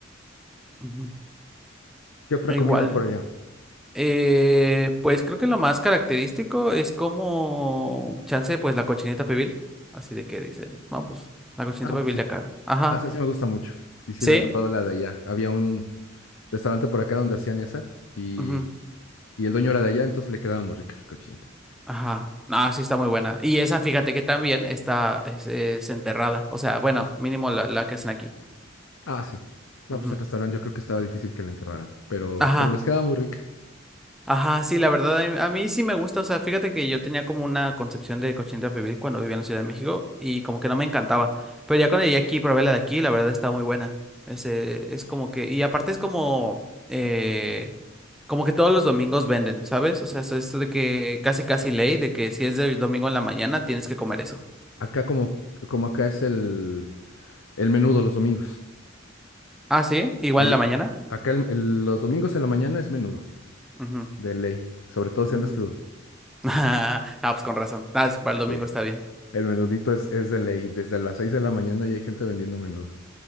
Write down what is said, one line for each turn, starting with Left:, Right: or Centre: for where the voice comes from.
Centre: Ujú.
Left: ¿Qué otra
Centre: Igual.
Left: comida hay por allá?
Centre: Eh, pues creo que lo más característico es como chance, pues la cochinita pibil. Así de que dicen, no, pues la cochinita
Left: Ah,
Centre: pibil
Left: pues sí.
Centre: de acá. Ajá,
Left: Ah, esa sí me gusta mucho. Y sí
Centre: sí,
Left: la he probado la de allá. Había un restaurante por acá donde hacían esa y,
Centre: ujú,
Left: y el dueño era de allá, entonces le quedaba muy rica la cochinita.
Centre: Ajá. No, sí está muy buena. Y esa, fíjate que también está es, es enterrada. O sea, bueno, mínimo la, la que hacen aquí.
Left: Ah, sí. No,
Centre: Ujú.
Left: pues el restaurante yo creo que estaba difícil que la enterraran, pero,
Centre: Ajá.
Left: pero les quedaba muy rica.
Centre: Ajá, sí, la verdad, a mí, a mí sí me gusta. O sea, fíjate que yo tenía como una concepción de cochinita pibil cuando vivía en la Ciudad de México y como que no me encantaba. Pero ya cuando llegué aquí, probé la de aquí, la verdad está muy buena. Ese, es como que, y aparte es como, eh, como que todos los domingos venden, ¿sabes? O sea, eso es de que casi casi ley, de que si es de domingo en la mañana, tienes que comer eso.
Left: Acá como, como acá es el... El menudo los domingos.
Centre: Ah, sí, igual
Left: Allá-
Centre: en la mañana.
Left: acá el- el- los domingos en la mañana es menudo,
Centre: Ujú,
Left: de ley. Sobre todo si
Centre: ujú.
Left: andas crudo.
Centre: <laughs> Ah, pues con razón. Ah, sí, para el domingo
Left: Sí.
Centre: está bien.
Left: El menudito es, es de ley. Desde las 6 de la mañana ya hay gente vendiendo menudo.